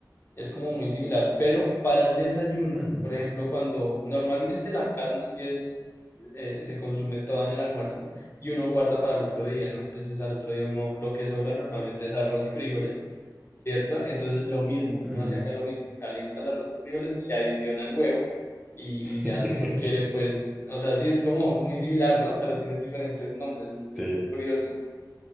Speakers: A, on the left; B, in the centre.
A: es como muy similar, pero para el desayuno,
B: Ujú,
A: por ejemplo, cuando normalmente la carne sí es, eh, se consume toda en el almuerzo y uno guarda para el otro día, ¿no? Entonces al otro día uno lo que sobra normalmente es arroz y frijoles, ¿cierto? Entonces lo mismo,
B: ujú.
A: uno hace acá lo mismo, calienta el arroz, los frijoles, le adiciona el huevo y,
B: <laughs>
A: y ya si uno quiere, pues, o sea, sí es como muy similar, ¿no? Pero tienen diferentes nombres, es, es
B: Sí,
A: muy curioso.